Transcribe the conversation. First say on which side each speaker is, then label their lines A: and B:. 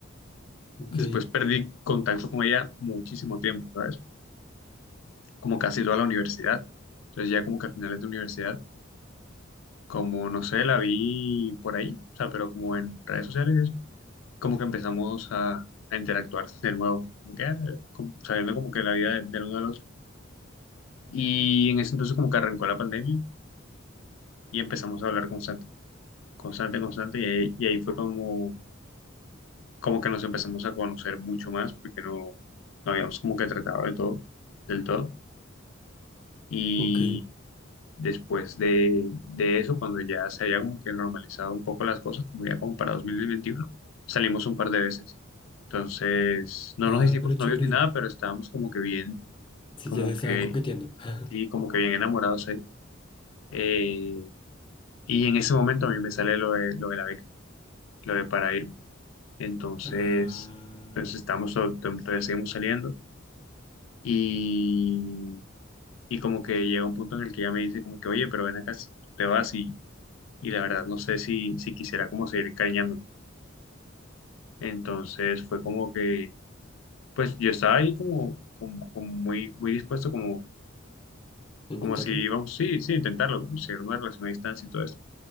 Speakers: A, on the left; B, on the left.
A: ok,
B: Después perdí contacto con ella muchísimo tiempo, ¿sabes? Como casi toda la universidad. Entonces ya como que a finales de universidad, como no sé, la vi por ahí, o sea, pero como en redes sociales, y eso, como que empezamos a, a interactuar de nuevo, como que ah, como- sabiendo como que la vida de- del uno del otro. Y en ese entonces como que arrancó la pandemia y empezamos a hablar constante, constante, constante. Y ahí, y ahí fue como, como que nos empezamos a conocer mucho más porque no, no habíamos como que tratado de todo, del todo. Y
A: ok.
B: después de, de eso, cuando ya se había como que normalizado un poco las cosas, como ya como para 2021 salimos un par de veces. Entonces, no
A: Ah,
B: nos hicimos
A: pero chévere.
B: novios ni nada, pero estábamos como que bien,
A: Sí,
B: como
A: ya se estaban
B: que,
A: coqueteando. <laughs>
B: sí, como que bien enamorados ahí. Eh, Y en ese momento a mí me sale lo de, lo de la beca, lo de para irme. Entonces,
A: Ah,
B: entonces estamos, to- to- todavía seguimos saliendo y, y como que llega un punto en el que ella me dice como que, oye, pero ven acá, si tú te vas y, y la verdad no sé si, si quisiera como seguir cariñándome. Entonces fue como que, pues yo estaba ahí como, como, como muy, muy dispuesto, como,
A: intentarlo.
B: como si íbamos, sí, sí, intentarlo, como si era una relación a distancia y todo eso.